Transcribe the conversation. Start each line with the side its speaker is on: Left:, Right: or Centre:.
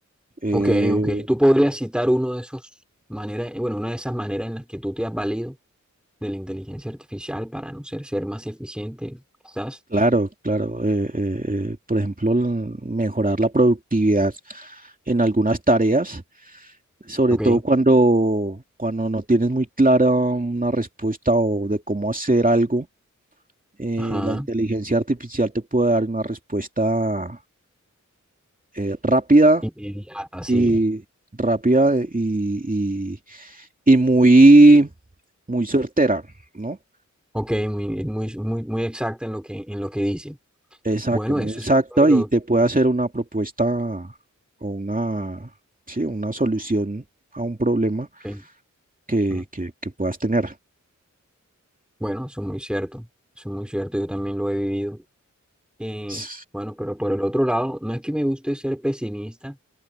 Right: Eh,
Centre: Ok, ok. ¿Tú podrías citar uno de esos maneras, eh, bueno, una de esas maneras en las que tú te has valido de la inteligencia artificial para no ser, ser más eficiente, quizás?
Right: claro, claro. eh, eh, eh, por ejemplo, l- mejorar la productividad en algunas tareas, sobre
Centre: Ok,
Right: todo cuando, cuando no tienes muy clara una respuesta o de cómo hacer algo eh,
Centre: ajá,
Right: la inteligencia artificial te puede dar una respuesta eh, rápida
Centre: inmediata, sí.
Right: y rápida y, y- y muy, muy certera, ¿no?
Centre: Ok, muy, muy, muy, muy exacta en lo que, en lo que dice.
Right: Exacto,
Centre: Bueno,
Right: muy
Centre: eso
Right: exacta
Centre: es uno de los...
Right: y te puede hacer una propuesta o una, sí, una solución a un problema
Centre: ok,
Right: que,
Centre: mm,
Right: que, que puedas tener.
Centre: Bueno, eso es muy cierto, eso es muy cierto, yo también lo he vivido. Eh,
Right: Sí,
Centre: bueno, pero por el otro lado, no es que me guste ser pesimista,